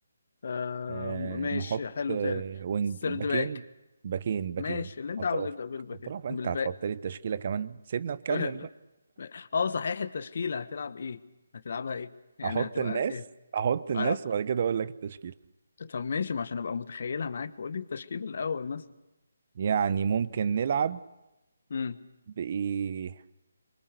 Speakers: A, on the left; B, on the right.
A: آه
B: آه
A: ماشي
B: نحط
A: حلو
B: آه
A: تاني
B: وينج
A: السيرد
B: باكين
A: باك
B: باكين باكين
A: ماشي اللي انت
B: اطرافك
A: عاوز يبدأ بالباك
B: اطراف
A: إيه؟
B: انت
A: بالباك
B: هتحط لي التشكيله كمان سيبنا اتكلم
A: <laughs>
B: بقى
A: اه صحيح التشكيلة هتلعب ايه هتلعبها ايه يعني
B: احط
A: هتبقى
B: الناس
A: ايه
B: احط الناس
A: آه.
B: وبعد كده اقول لك التشكيله
A: طب ماشي ما عشان ابقى متخيلها معاك فقول لي التشكيل الاول مثلا
B: يعني ممكن نلعب
A: امم
B: بايه